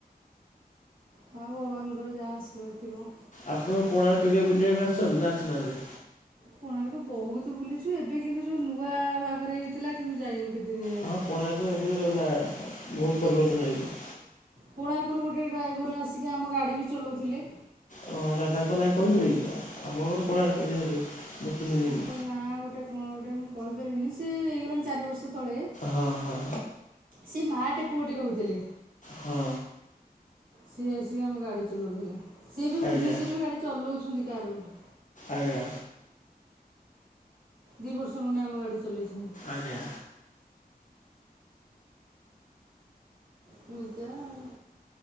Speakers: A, on the right; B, on the left.
A: ହଁ ଭଗବାନଙ୍କର ଯାହା ଆଶୀର୍ବାଦ ଥିବ।
B: ଆପଣ କୋଣାର୍କ କେବେ ବୁଲିବାକୁ ଆସିଛନ୍ତି ନା ଆସିନାହାନ୍ତି?
A: କୋଣାର୍କ ବୋହୁତ ବୁଲିଚୁ ଏବେ କିନ୍ତୁ ଯୋଉ ନୂଆ ଭାବରେ ହେଇଥିଲା କିନ୍ତୁ ଯାଇନୁ। କେତେଦିନ ହେଲାଣି
B: ହଁ କୋଣାର୍କ ଏ ଭିତରେ ଗଲା ବୋହୁତ ପରିବର୍ତ୍ତନ ହେଇଚି।
A: କୋଣାର୍କରୁ ଗୋଟେ ଡ୍ରାଇଭର ଆସିକି ଆମ ଗାଡ଼ି ବି ଚଲାଉଥିଲେ।
B: ହଁ ଦାଦାଙ୍କୁ ନାଇଁ କହିଥିଲେ କି ଆମ ଘର କୋଣାର୍କ ଯେହେତୁ ମୁଁ ଚିହ୍ନିଦେବି
A: ତାଙ୍କ ନାଁ ଗୋଟେ କଣ ଗୋଟେ ମୁଁ କହିପାରିବିନି, ସିଏ ହେଇଗଲାଣି ଚାରି ବର୍ଷ ତଳେ।
B: ହଁ ହଁ।
A: ସେ ମାଆଟେ ପୁଅଟେ ରହୁଥିଲେ।
B: ହଁ।
A: ସିଏ ଆସିକି ଆମ ଗାଡ଼ି ଚଲାଉଥିଲେ, ସିଏ ଏବେ ଭୁବନେଶ୍ୱର
B: ଆଜ୍ଞା
A: ବି ଗାଡ଼ି ଚଲାଉଛନ୍ତି କାହାର ଗୋଟେ।
B: ଆଜ୍ଞା।
A: ଦୁଇ ବର୍ଷ ଖଣ୍ଡେ ଆମ ଗାଡ଼ି ଚଲେଇଲେଣୀ।
B: ଆଜ୍ଞା।
A: ପୂଜା ଆଉ